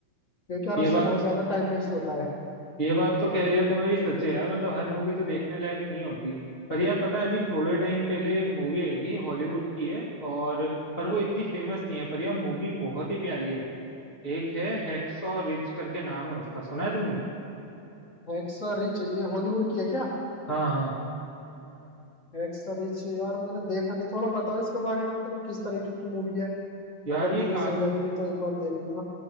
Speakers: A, on the left (about 85°); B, on the left (about 25°).
A: क्योंकि यार
B: ये
A: उससे
B: बात
A: बहुत ज्यादा टाइम वेस्ट होता है
B: ये बात तो कह रही है तुम्हारी सच है यार मतलब हर मूवी तो देखने लायक नहीं होती पर यार पता है अभी थोड़े टाइम पहले एक मूवी आई थी हॉलीवुड की है और पर वो इतनी फेमस नहीं है पर यार मूवी बहुत ही प्यारी है वो एक है हैक्सॉ रिज करके नाम है उसका सुना है तुमने
A: हेक्सा रिच ये हॉलीवुड की है क्या
B: हाँ हाँ
A: हेक्सा रिच यार मैंने देखा नहीं थोड़ा बताओ इसके बारे में मतलब किस तरीके की मूवी है
B: यार
A: अगर
B: ये
A: मुझे
B: का,
A: सही लगेगी तो एक बार देखूंगा